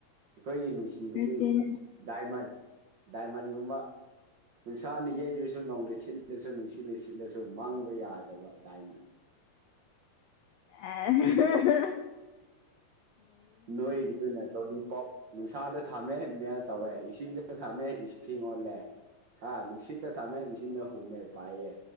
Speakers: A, on the right; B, on the left.
A: ꯑꯩꯈꯣꯏꯒꯤ ꯅꯨꯡꯁꯤ ꯕꯗꯤ
B: ꯅꯠꯇꯦ ꯅꯠꯇꯦ
A: ꯗꯥꯏꯃꯟ ꯗꯥꯏꯃꯟꯒꯨꯝꯕ ꯅꯨꯡꯁꯥꯅ ꯌꯩꯔꯁꯨ ꯅꯣꯡꯅ ꯁꯤꯠꯂꯁꯨ ꯅꯨꯡꯁꯤꯠꯅ ꯁꯤ ꯁꯤꯠꯂꯁꯨ ꯃꯥꯡꯕ ꯌꯥꯗꯕ ꯗꯥꯏꯃꯟ
B: ꯑꯦ <unintelligible>
A: ꯅꯣꯏꯒꯤꯗꯨꯅ ꯂꯣꯂꯤꯄꯣꯞ ꯅꯨꯡꯁꯥꯗ ꯊꯝꯃꯦ ꯃꯦꯜ ꯇꯧꯋꯦ ꯏꯁꯤꯡꯗ ꯊꯝꯃꯦ ꯏꯁꯤꯡ ꯑꯣꯜꯂꯦ ꯍꯥꯥ ꯅꯨꯡꯁꯤꯠꯇ ꯊꯝꯃꯦ ꯅꯨꯡꯁꯤꯅ ꯍꯨꯝꯃꯦ ꯄꯥꯏꯌꯦ